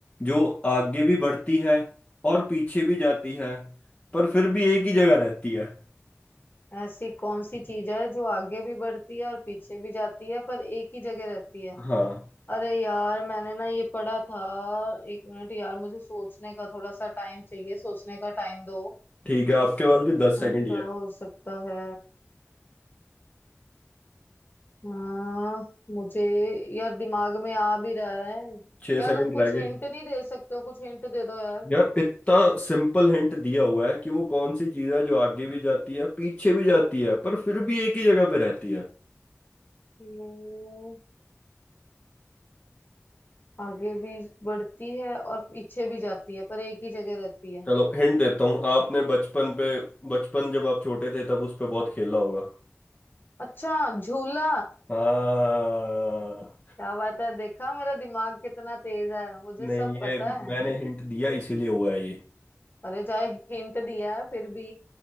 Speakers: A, on the left; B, on the left.
A: जो आगे भी बढ़ती है और पीछे भी जाती है पर फिर भी एक ही जगह रहती है
B: ऐसी कौन सी चीज है जो आगे भी बढ़ती है और पीछे भी जाती है पर एक ही जगह रहती है
A: हाँ
B: अरे यार मैंने ना ये पढ़ा था एक मिनट यार मुझे सोचने का थोड़ा सा टाइम चाहिए सोचने का टाइम दो
A: ठीक है आपके पास भी दस सेकंड
B: हाँ,
A: ही
B: क्या
A: है
B: हो सकता है हाँ मुझे यार दिमाग में आ भी रहा है
A: छह
B: यार
A: सेकंड
B: तुम कुछ
A: रह
B: हिंट
A: गए
B: नहीं दे सकते हो कुछ हिंट दे दो यार
A: यार इतना सिंपल हिंट दिया हुआ है कि वो कौन सी चीज है जो आगे भी जाती है पीछे भी जाती है पर फिर भी एक ही जगह पे रहती है
B: ये आगे भी बढ़ती है और पीछे भी जाती है पर एक ही जगह रहती है
A: चलो हिंट देता हूँ आपने बचपन पे बचपन जब आप छोटे थे तब उस पे बहुत खेला होगा
B: अच्छा झूला
A: हाँ
B: क्या बात है देखा मेरा दिमाग कितना तेज है मुझे
A: नहीं
B: सब पता
A: ये
B: है
A: मैंने हिंट दिया इसीलिए हुआ है ये
B: अरे चाहे हिंट दिया है फिर भी